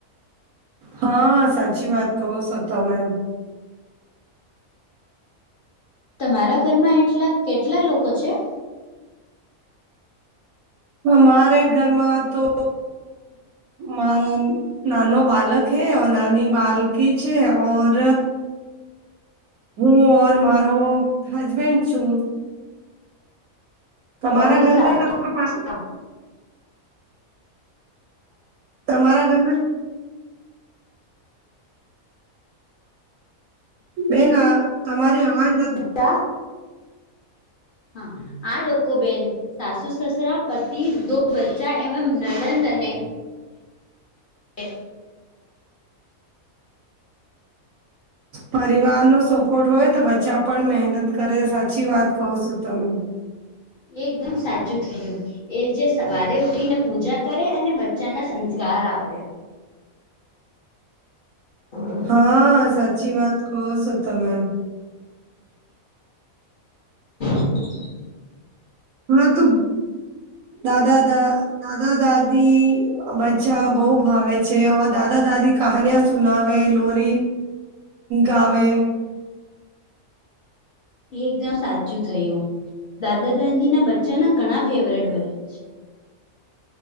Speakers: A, on the right; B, on the left.
A: હા સાચી વાત કહો છો તમે
B: તમારા ઘરમાં એટલા કેટલા લોકો છે?
A: મારે ઘરમાં તો મારા નાનો બાલક હૈ ઔર નાની બાલકી જ છે ઔર હું ઓર મારો હસબેન્ડ છું. તમારા
B: બહુ
A: ઘર મે કચ
B: સારા
A: પા તમારા ઘરમાં બેન અહ તમારી અવાજ
B: તા હા આ લોકો બેન સાસુ સસરા પતિ દો બચ્ચા એમ નડંદ અને એ
A: પરિવાર નો સપોર્ટ હોય તો બચ્ચા પણ મહેનત કરે સાચી વાત કહો છો તમે.
B: એકદમ સાચું થયું. એ જે સવારે ઉઠીને પૂજા કરે અને બચ્ચાના સંસ્કાર આપે. <inaudible>
A: હા, સાચી વાત કહો છો તમે.
B: <inaudible>
A: હા, તો દાદા દા દાદા દાદી બચ્ચા બો ભાવે છે ઔર દાદા દાદી કાહાનિયા સુનાવે લોરી ગાવે
B: એ એકદમ સાચું થયું. દાદા દાદી ના બચ્ચા ના ઘણા ફેવરેટ હોય છે.